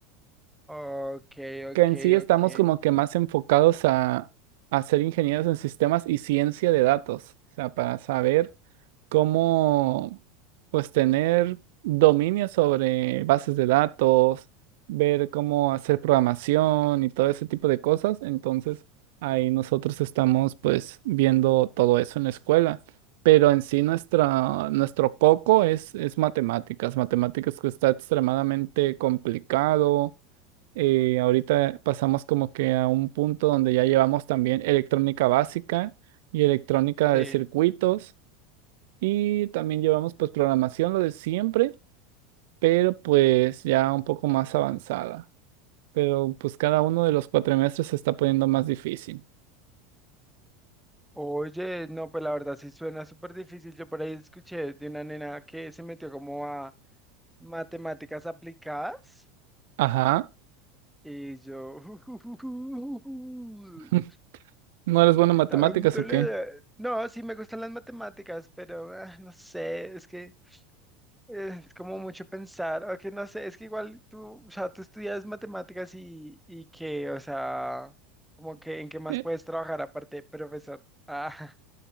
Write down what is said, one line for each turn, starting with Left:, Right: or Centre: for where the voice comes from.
Centre: Ok,
Right: que
Centre: ok,
Right: en sí estamos
Centre: ok.
Right: como que más enfocados a, a ser ingenieros en sistemas y ciencia de datos, o sea, para saber cómo, pues, tener dominio sobre bases de datos, ver cómo hacer programación y todo ese tipo de cosas. Entonces, ahí nosotros estamos, pues, viendo todo eso en la escuela. Pero en sí nuestra, nuestro foco es, es matemáticas, matemáticas que está extremadamente complicado eh, ahorita pasamos como que a un punto donde ya llevamos también electrónica básica y electrónica
Centre: Sí.
Right: de circuitos y también llevamos pues programación, lo de siempre, pero pues ya un poco más avanzada. Pero pues cada uno de los cuatrimestres se está poniendo más difícil.
Centre: Oye, no, pues la verdad sí suena súper difícil. Yo por ahí escuché de una nena que se metió como a matemáticas aplicadas
Right: Ajá.
Centre: y yo <laughs>
Right: <laughs> ¿No eres bueno en
Centre: estaba
Right: matemáticas
Centre: en dolor.
Right: o qué?
Centre: No, sí me gustan las matemáticas, pero ah, no sé, es que eh, Es como mucho pensar, o que no sé, es que igual tú, o sea, tú estudias matemáticas y, y que, o sea, como que en qué más
Right: Eh,
Centre: puedes trabajar aparte de profesor. Ah,